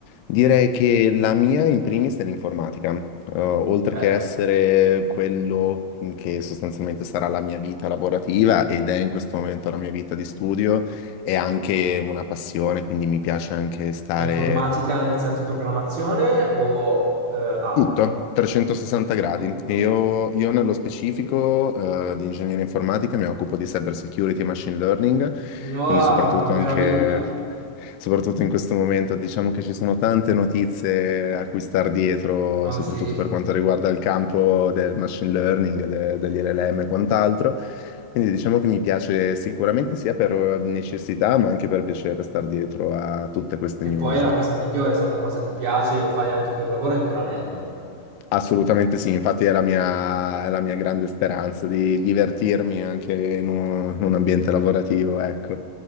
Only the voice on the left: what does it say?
Direi che la mia in primis è l'informatica, Eh, oltre
che essere quello che sostanzialmente sarà la mia vita lavorativa ed è in questo momento la mia vita di studio, è anche una passione, quindi mi piace anche stare
Tutto, 360 gradi.
Io, io nello specifico eh, di ingegneria informatica mi occupo di cyber security e machine learning,
quindi soprattutto
anche, soprattutto in questo momento diciamo che ci sono tante notizie a cui star dietro,
soprattutto
per quanto riguarda il campo del machine learning, de- degli LLM e quant'altro. Quindi diciamo che mi piace sicuramente sia per necessità, ma anche per piacere star dietro a tutte queste
news.
Assolutamente sì, infatti è la mia, è la mia grande speranza di divertirmi anche in un, in un ambiente lavorativo, ecco.